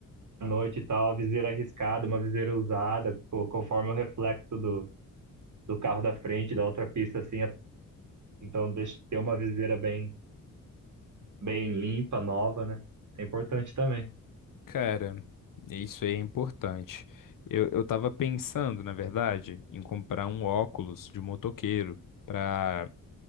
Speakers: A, on the right; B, on the left.
A: à noite e tal, a viseira arriscada, uma viseira usada, co- conforme o reflexo do, do carro da frente, da outra pista, assim. é- Então, deixa ter uma viseira bem, bem limpa, nova, né? É importante também.
B: cara, isso aí é importante. Eu, eu tava pensando, na verdade, em comprar um óculos de motoqueiro pra,